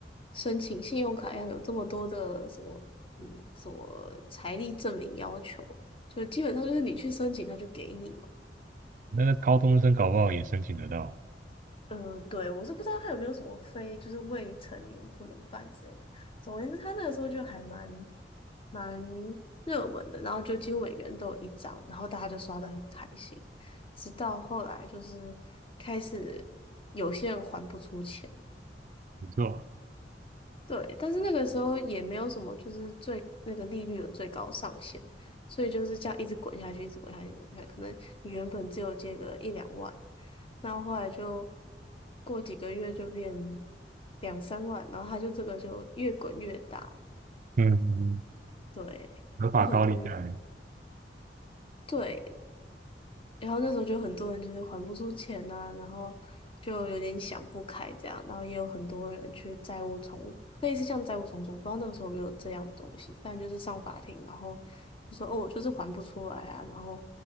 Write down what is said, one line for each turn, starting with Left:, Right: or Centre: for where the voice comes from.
Left: 申请信用卡一样有这么多的什么嗯什么财力证明要求，就基本上就是你去申请他就给你。嘛。
Right: 那个高中生搞不好也申请得到，
Left: 嗯，对，我是不知道他有没有什么非就是未成年不能办之类的。总而言之，他那个时候就还蛮蛮热门的，然后就几乎每个人都有一张，然后大家就刷的很开心。直到后来就是开始有些人还不出钱，
Right: 不错，
Left: 对，但是那个时候也没有什么，就是最那个利率的最高上限，所以就是这样一直滚下去，一直滚下去，滚下去可能你原本只有借个一两万，那后后来就过几个月就变两三万，然后它就这个就越滚越大，
Right: 嗯嗯，
Left: 对，
Right: 合法高利贷
Left: 然后很多人就对，然后那时候就很多人就是还不出钱呐、然后就有点想不开这样，然后也有很多人去债务重，类似像债务重组，不知道那个时候有没有这样的东西，但就是上法庭，然后就说哦，我就是还不出来啊，然后